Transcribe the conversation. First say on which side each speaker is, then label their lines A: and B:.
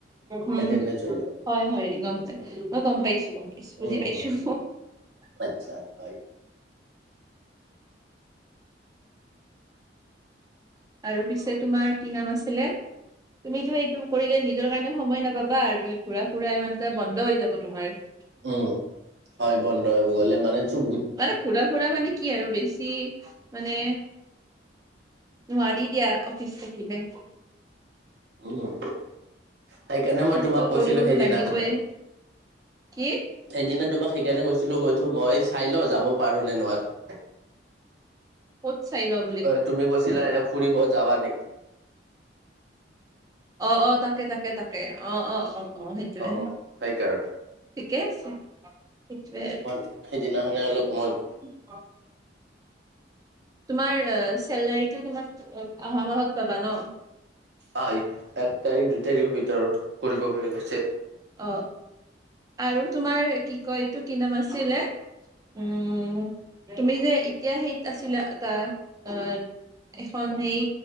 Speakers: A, on the right (about 20°); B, on the right (about 65°).
A: উম।
B: এটেনডেঞ্চ হৈ যাব
A: হয়, হয় গম পাই
B: উম
A: মই গম পাইছোঁ বুজি
B: উম
A: পাইছোঁ।
B: উম আচ্ছা হয়।
A: আৰু পিছে তোমাৰ কি নাম আছিলে? তুমিতো এইটো কৰিলে নিজৰ কাৰণেও সময় নাপাবা আৰু তুমি ঘুৰা ফুৰা ইমান কে বন্ধ হৈ যাব তোমাৰ।
B: উম হয় বন্ধ হৈ গ'লে মানে চুব
A: মানে ঘুৰা ফুৰা মানে কি আৰু বেছি মানে নোৱাৰি দিয়া অফিচ থাকিলে।
B: উম, উম। সেইকাৰণে
A: কিন্তু
B: মই তোমাক কৈছিলোঁ
A: কৰিবতো
B: সেইদিনাখনে
A: লাগিবই কি
B: সেই দিনা তোমাক সেইকাৰণে কৈছিলোঁ মইতো মই চাই লওঁ যাব পাৰো নে নোৱাৰো।
A: ক'ত চাই লওঁ।
B: অ', তুমি কৈছিলা ফুৰিব যাবা নেকি
A: অ', অ', তাকে, তাকে, তাকে, অ', অ', অ'। সেইটোয়ে
B: অ', সেইকাৰণে।
A: ঠিকে আছে সেইটোয়ে আৰু
B: মই সেইদিনাখনে অলপ মই
A: <inaudible> তোমাৰ চেলাৰীটো তোমাক আহা মাহত পাবা ন।
B: হয় এক তাৰিখ দুই তাৰিখ ভিতৰত কৰিব বুলি কৈছে।
A: অ'। আৰু তোমাৰ কি কয় এইটো কি নাম আছিলে উম। তুমি যে এতিয়া সেইত আছিলা এটা অ', আ এখন সেই